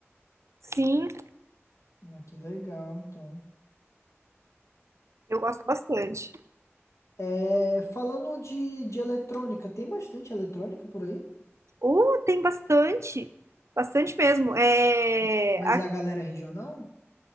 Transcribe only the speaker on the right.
Sim,
eu gosto bastante.
Uh, tem bastante, bastante mesmo. É,